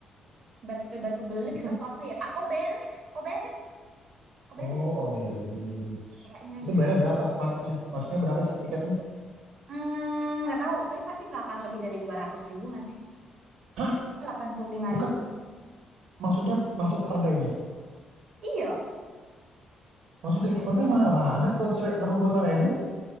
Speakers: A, on the right; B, on the right.
A: Batu, eh batu belik
B: itu
A: atau apa ya? Ah, Obelix, Obelix, Obelix
B: oh Obelik.
A: kayaknya
B: Itu
A: ya.
B: bayarnya berapa masuknya? Masuknya berapa sih tiketnya?
A: Hmm, nggak tahu, tapi pasti nggak akan lebih dari dua ratus ribu nggak sih?
B: Hah,
A: delapan puluh lima
B: bukan
A: ribu,
B: maksudnya masuk ke pantainya.
A: Iya,
B: Masuk dari ke pantai mahal banget, 285.000 ribu.